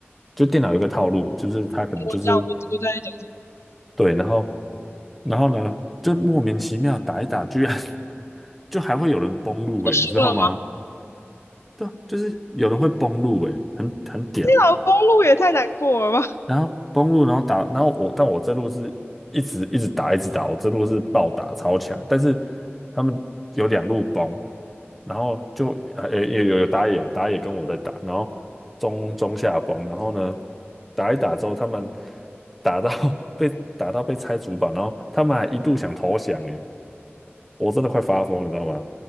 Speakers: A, in the centre; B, on the left.
A: 就电脑有一个套路，就是他可能就是
B: 我知道，我我在讲什么，
A: 对，然后然后呢，就莫名其妙打一打，居然 <laughs> 就还会有人崩路诶，
B: 就输了吗？
A: 你知道吗？对啊，就是有人会崩路诶，很很屌。
B: 那条公路也太难过了吧！
A: 然后崩路，然后打，然后我，但我这路是一直一直打，一直打，我这路是暴打超强，但是他们有两路崩，然后就呃、诶有有有打野啊，打野跟我在打，然后中中下崩，然后呢打一打之后，他们打到 <laughs> 被打到被拆主板，然后他们还一度想投降，诶，我真的快发疯，你知道吗？